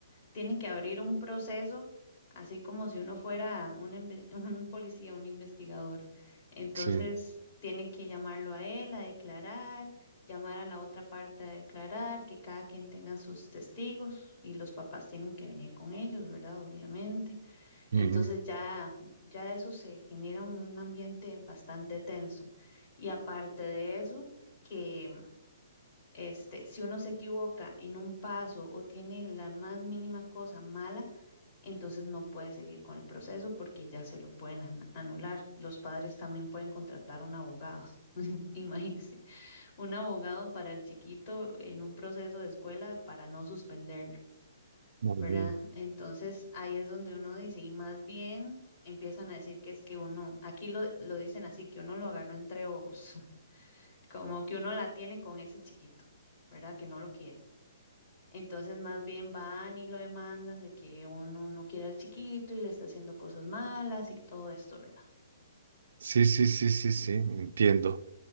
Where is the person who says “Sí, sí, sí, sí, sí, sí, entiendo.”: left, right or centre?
Right